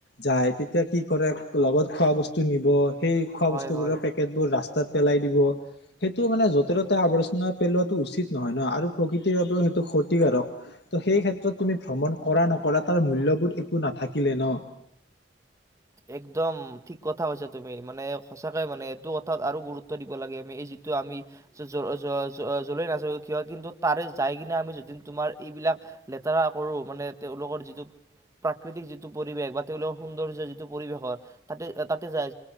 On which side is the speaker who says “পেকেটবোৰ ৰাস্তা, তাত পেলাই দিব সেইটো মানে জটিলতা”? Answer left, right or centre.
Left